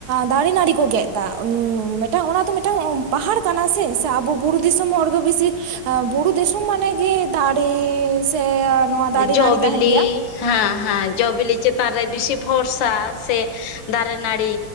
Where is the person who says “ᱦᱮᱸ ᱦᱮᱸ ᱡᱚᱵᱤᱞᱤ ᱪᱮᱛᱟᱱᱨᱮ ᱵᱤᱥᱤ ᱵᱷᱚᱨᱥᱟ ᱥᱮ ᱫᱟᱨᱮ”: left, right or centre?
Left